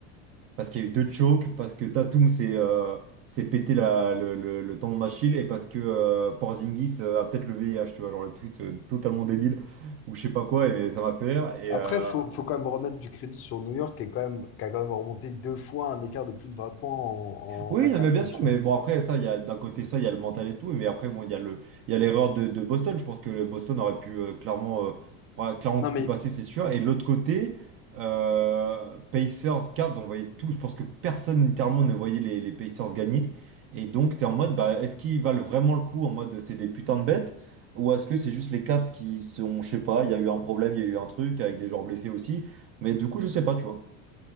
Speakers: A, on the right; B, on the left.
A: parce qu'il y a eu deux chokes, parce que Tatum s'est euh, s'est pété la, le, le, le tendon d'Achille et parce que euh, Porzingis euh, a peut-être le VIH, tu vois, genre le tweet euh, totalement débile ou je sais pas quoi, et ça m'a fait rire. Et,
B: Après,
A: euh,
B: faut, faut quand même remettre du crédit sur New York qui, est quand même, qui a quand même remonté deux fois un écart de plus de 20 points en,
A: Oui,
B: en un
A: non,
B: carton,
A: mais bien sûr,
B: tu
A: mais
B: vois.
A: bon, après, ça, il y a d'un côté ça, il y a le mental et tout, mais après, bon, il y a le, il y a l'erreur de, de Boston. Je pense que le Boston aurait pu euh, clairement, euh, ouais, clairement
B: Non,
A: pu
B: mais
A: passer, c'est sûr. Et de l'autre côté, euh, Pacers, Cavs, on voyait tout. Je pense que personne, littéralement, ne voyait les, les Pacers gagner. Et donc, t'es en mode, bah, est-ce qu'ils valent vraiment le coup en mode c'est des putains de bêtes? Ou est-ce que c'est juste les Cavs qui sont, je sais pas, il y a eu un problème, il y a eu un truc avec des joueurs blessés aussi. Mais du coup, je sais pas, tu vois.